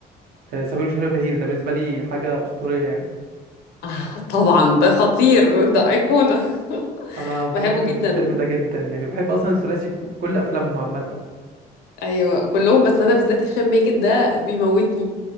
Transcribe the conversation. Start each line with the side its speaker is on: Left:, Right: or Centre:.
Right: آه، سمير وشهير وبهير ده بالنسبة لي حاجة أسطورية يعني
Left: آه طبعا ده خطير ده ايقونه <laughs>
Right: انا بحب
Left: بحبه
Right: الفيلم
Left: جدا
Right: ده جدا يعني بحب اصلا الثلاثي كو- في كل افلامهم عامة
Left: ايوه كلهم بس انا بالذات هشام ماجد ده بيموتني